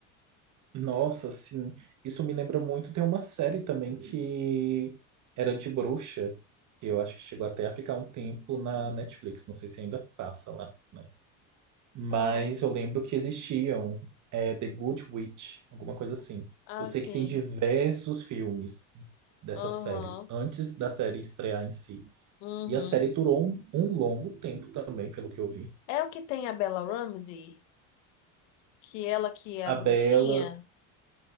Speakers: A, on the right (about 45°); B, on the left (about 75°).
A: Nossa, sim. Isso me lembra muito. Tem uma série também que era de bruxa, que eu acho que chegou até a ficar um tempo na Netflix. Não sei se ainda passa lá, né? Mas
B: Uau.
A: eu lembro que existiam é, The Good Witch, alguma coisa assim.
B: Assim.
A: Eu sei que tem diversos filmes dessa
B: Aham.
A: série, antes da série estrear em si.
B: Uhum.
A: E a série durou um, um longo tempo também, pelo que eu vi.
B: É o que tem a Bella Ramsey? Que ela que é
A: A
B: a bruxinha?
A: Bella,